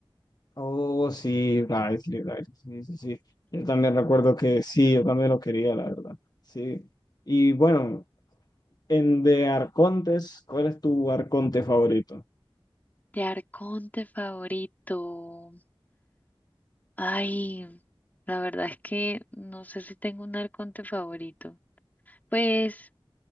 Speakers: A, on the left; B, on the left.
A: Oh, sí, Lively, Lively, sí, sí, sí. Yo también recuerdo que sí, yo también lo quería, la verdad. Sí. Y bueno, en de arcontes, ¿cuál es tu arconte favorito?
B: De Arconte favorito. Ay, la verdad es que no sé si tengo un arconte favorito. Pues,